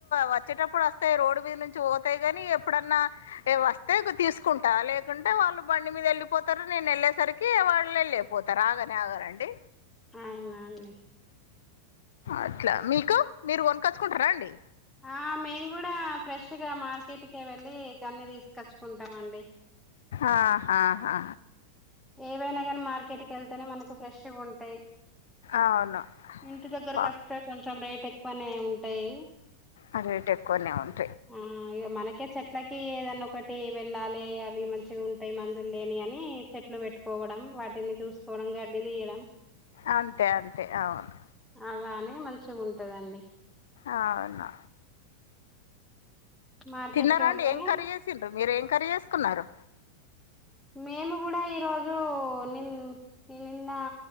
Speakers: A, on the left (about 60°); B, in the centre.
A: వచ్చేటప్పుడు వస్తాయ్ రోడ్డు మీద నుంచి బోతాయి గనీ ఎప్పుడన్నా వస్తే ఇ తీసుకుంటా లేకుంటే వాళ్ళు బండి మీద వెళ్ళిపోతారు నేను ఎళ్ళేసరికి వాళ్ళెళ్ళిపోతారు ఆగానే ఆగరండి
B: అవునా అండి
A: అట్లా మీకు మీరు కొనుకొచ్చుకుంటారా అండి
B: ఆ మేం గూడా ఫ్రెష్ గా మార్కెట్కే వెళ్ళి తన్ని తీసుకొచ్చుకుంటామండి
A: ఆ హా హా
B: ఏవైనా గానీ మార్కెట్కి ఎళ్తేనే మనకు ఫ్రెష్షు గుం టాయ్
A: అవును
B: ఇంటి దగ్గరకొస్తే
A: వా
B: కొంచెం రేట్ టె ఎక్కువనే ఉంటాయి
A: ఆ రేటెక్కువనే ఉన్
B: ఊమ్ ఇగ మన కే చెట్లకి ఏదన్నా ఒకటి వెళ్ళాలి అవి మంచిగా ఉంటాయి మందులు లేని అని చెట్లు పెట్టుకో కోవడం వాటిని చూసుకోవడం గడ్డి దీయడం
A: అంతే అంతే అవును
B: అవ్వానే మంచిగుంటదండి
A: ఆవును
B: మార్కెట్
A: తిన్నారాండి
B: కి వెళ్తేనే
A: ఏం కర్రీ జేసిండ్రు మీరు ఏం కర్రీ జేసుకున్నారు
B: మేము గూడా ఈరోజు నిన్ ఈ నిన్న